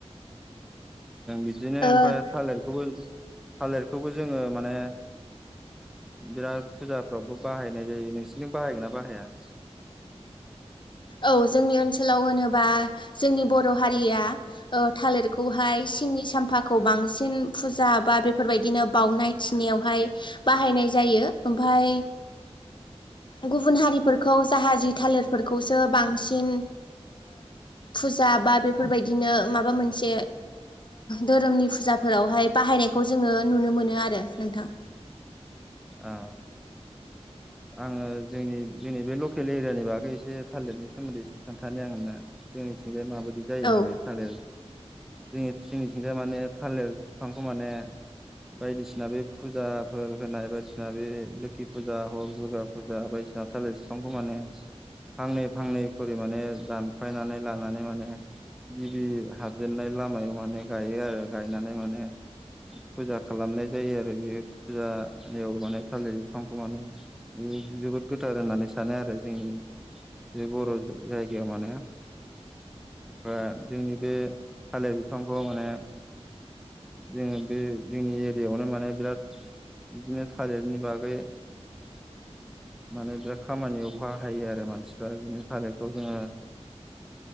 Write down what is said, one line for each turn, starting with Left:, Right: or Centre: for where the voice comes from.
Centre: बिदिनो ओमफ्राय
Left: ओ
Centre: थालिरखौबो थालिरखौबो जोङो माने बिराद फुजाफ्रावबो बाहायनाय जायो नोंसोरथिं बाहायो ना बाहाया। <inaudible>
Left: औ जोंनि ओनसोलाव होनोबा जोंनि बर' हारिया थालिरखौहाय सिंनि साम्फाखौ बांसिन फुजा बा बेफोरबायदिनो बाउनाय थिनायावहाय बाहायनाय जायो ओमफ्राय गुबुन हारिफोरखौ जाहानि थालिरफोरखौ बांसिन फुजा बा बेफोरबायदिनो माबा मोनसे धोरोमनि फुजाफोरावहाय बाहायनायखौ जोङो नुनो मोनो आरो नोंथां।
Centre: अ आङो जोंनि जोंनि बे लकेल एरियानि बागै एसे थालिरनि सोमोन्दै एसे खोन्थानो आं नोंनो जोंनिथिंजाया माबायदि जायो
Left: औ
Centre: माने थालिर जोंनि जोंनिथिंजाय माने थालिर बिफांखौ माने बायदिसिना बे फुजाफोर होनाय बायदिसिना बे लोखि फुजा हर दुर्गा फुजा बायदिसिना थालिर बिफांखौ माने फांनै फांनै खरि माने दानफायनानै लानानै माने गिबि हाबजेननाय लामायाव माने गायो आरो गायनानै माने फुजा खालामनाय जायो आरो बे फुजा बेयाव माने थालिर बिफांखौ माने जोबोद गोथार होननानै सानो आरो जोंनि बे बर' जायगायाव माने ओमफ्राय जोंनि बे थालिर बिफांखौ माने जोङो बे जोंनि एरियाआवनो माने बिराद बिदिनो थालिरनि बागै माने बिराद खामानियाव बाहायो आरो मानसिफ्रा बिदिनो थालिरखौ जोङो।